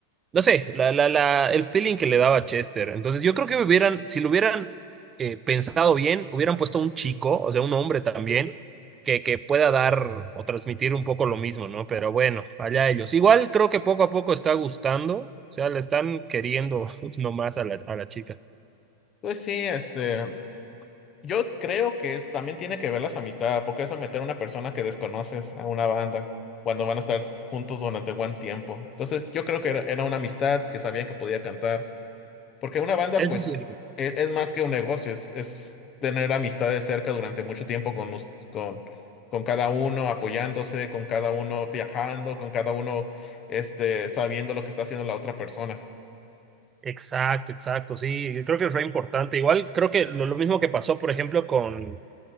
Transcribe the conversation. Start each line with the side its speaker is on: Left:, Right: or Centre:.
Right: no sé, la, la, la, el feeling que le daba Chester. Entonces, yo creo que hubieran, si lo hubieran eh, pensado bien, hubieran puesto un chico, o sea, un hombre también, que, que pueda dar o transmitir un poco lo mismo, ¿no? Pero bueno, allá ellos. Igual creo que poco a poco está gustando, o sea, le están queriendo <laughs> nomás a la, a la chica.
Left: Pues sí, este. Yo creo que es, también tiene que ver las amistades, porque es a meter a una persona que desconoces a una banda cuando van a estar juntos durante buen tiempo. Entonces, yo creo que era, era una amistad que sabían que podía cantar, porque una banda,
Right: Eso
Left: pues,
Right: es cierto.
Left: e- es, más que un negocio, es, es tener amistades cerca durante mucho tiempo con, us- con, con cada uno, apoyándose, con cada uno viajando, con cada uno este, sabiendo lo que está haciendo la otra persona.
Right: Exacto, exacto, sí, yo creo que fue importante. Igual creo que lo, lo mismo que pasó, por ejemplo, con,